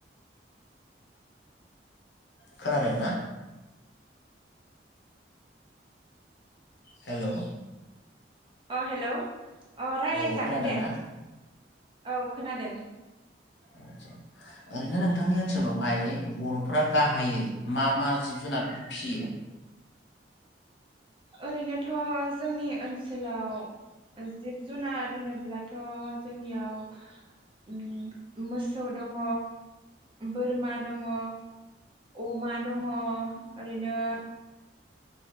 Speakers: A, on the left; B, on the right.
A: खोनादों ना? हेलौ।
B: अ हेलौ। अ रायलायजागोन
A: औ खोनादोंना
B: दे औ खोनादों।
A: आतसा ओरैनो नोंथांनि ओनसोलावहाय बर'फोरा गाहायै मा मा जिब जुनारफोर फियो?
B: ओरैनोथ जोंनि ओनसोलाव जिब जुनार होनोब्लाथ जोंनियाव ओम मोसौ दङ, बोरमा दङ, अमा दङ ओरैनो।